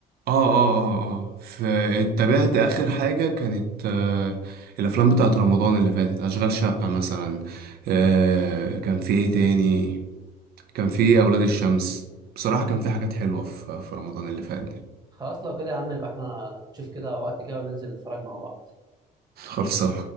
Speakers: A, on the right (about 65°); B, on the right (about 25°).
A: اه اه اه ف- اتبعت اخر حاجه كانت آه الافلام بتاعت رمضان اللي فاتت اشغال شقه مثلا آه
B: مم.
A: كان في ايه تاني كان في اولاد الشمس بصراحه كان في حاجات حلوه في, في رمضان اللي فات دي
B: خلاص لو كده يا عم يبقى احنا نشوف كده وقت كده وننزل نتفرج مع بعض
A: <laughs> خلصان